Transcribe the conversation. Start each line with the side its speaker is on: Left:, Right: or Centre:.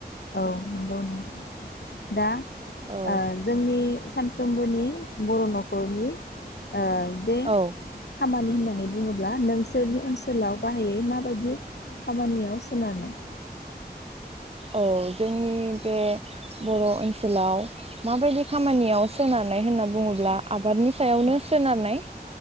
Left: औ नंगौ नों दा
Right: औ
Left: ओ जोंनि सानफ्रोमबोनि बर' न'खरनि अ जे
Right: औ
Left: खामानि होननानै बुङोब्ला -ब्ला नोंसोरनि ओनसोलाव गाहायै माबायदि खामानियाव सोनारनाय।
Right: औ जोंनि बे बर' ओनसोलाव माबायदि खामानियाव सोनारनाय होनना बुङोब्ला आबादनि सायावनो
Left: औ
Right: सोनारनाय